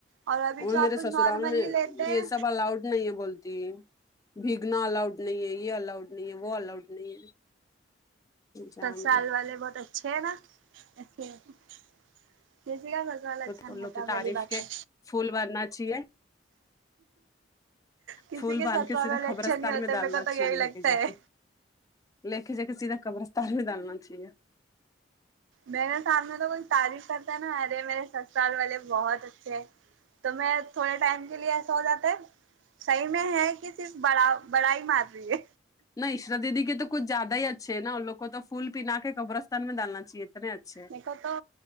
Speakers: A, on the right; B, on the left.
A: اور ابھی
B: وہ
A: جو آپ
B: میرے سسرال
A: نارملی
B: میں
A: لیتے
B: یہ
A: ہیں
B: سب الاؤڈ نہیں ہے بولتی ہے بھیگنا الاؤڈ نہیں ہے یہ الاؤڈ نہیں ہے وہ الاؤڈ نہیں ہے جان
A: پر سسرال
B: دے
A: والے بہت اچھے ہیں نا کیسے ہے اسلئے بس سسرال اچھا
B: وہ تو
A: نہیں
B: لوگ
A: ہوتا
B: کی تعریف
A: پہلی بات
B: کے
A: ہے
B: پھول بھرنا چاہیے
A: کسی
B: پھول باند
A: سسرال
B: کے سیدھا
A: والے
B: قبرستان
A: اچھے نہیں ہوتے
B: میں ڈالنا
A: میرے کو تو
B: چاہیے
A: یہی
B: لے
A: لگتا
B: کے جا
A: ہے
B: کے لےکے جا کے سیدھا قبرستان میں ڈالنا چاہیے
A: میرے سامنے تو کچھ تعریف کرتا ہے نا ارے میرے س سال والے بہت اچھے ہیں تو میں تھوڑے ٹائم کے لیے ایسا ہو جاتا ہے صحیح میں ہے کہ صرف بڑا بڑا ہی مار رہی ہے
B: نہ عشرت دیدی کے تو کچھ زیادہ ہی اچھے نا ان لوگ کو پھول پنا کے قبرستان میں ڈالنا چاہیے اتنے اچھے ہیں
A: ایکا تو